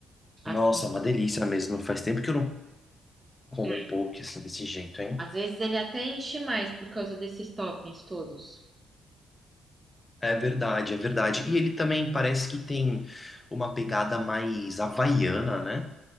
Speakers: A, on the right; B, on the left.
A: assim.
B: Nossa, uma delícia mesmo. Faz tempo que eu não como
A: É,
B: um poke assim, desse jeito, hein?
A: Às vezes ele até enche mais por causa desses toppings todos.
B: É verdade, é verdade. E ele também parece que tem uma pegada mais havaiana, né?